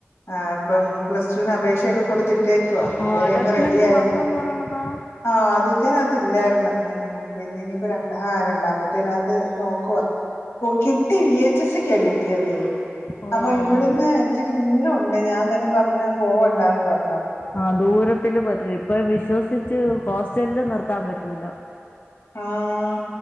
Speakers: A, on the left (about 70°); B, on the left (about 40°).
A: ആ അപ്പം പ്ലസ്ടൂന് അപേക്ഷയൊക്ക കൊടുത്തിട്ടേക്കുവാ
B: ഓ
A: ഇതുവരെ
B: അലോട്ട്മെന്റ്
A: എങ്ങും റെഡി ആയില്ല
B: വന്നന്ന് പറയണതാ
A: ആഹ ആദ്യത്തെേനാത്ത് ഇല്ലാരുന്ന് ഉം പിന്നെ ഇനിയിപ്പോ രണ്ടാ ആ രണ്ടാമത്തേനാ ത്ത് നോക്കുവാ ഓ കിട്ടി വി എച്ച് സിക്കാ കിട്ടിയതേ
B: ഓ
A: അപ്പൊ ഇവിടുന്ന്
B: ഓ
A: ഇച്ചിരി ദൂരവൊണ്ട് ഞാൻ അന്നേരം പറഞ്ഞ് പോവണ്ടാന്ന് പറ
B: ആഹ ദൂരത്തില് പറ്റൂല ഇപ്പൊ വിശ്വസിച്ച് ഹോസ്റ്റലില് നിർത്താൻ പറ്റൂല
A: ആഹ